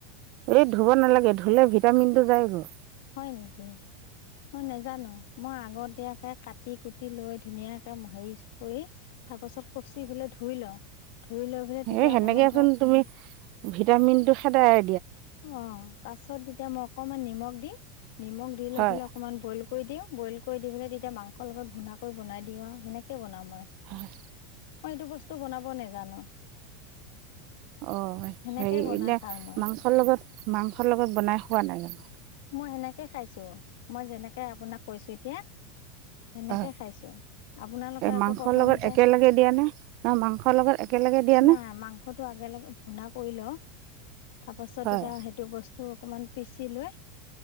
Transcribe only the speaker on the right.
এই ধুব নালাগে, ধুলে ভিটামিন টো যায় গৈ।
সেই
সেনেকেচোন
তুমি, ভিটামিন টো খেদায়
হয়
হয়
অ'!
হেৰি এতিয়া
মাংসৰ লগত মাংসৰ লগত বনাই খোৱা নাই জানোঁ?
হয়!
মাংসৰ
লগত একেলগে দিয়া নে, নহয় মাংসৰ লগত একেলগে দিয়ানে
হয়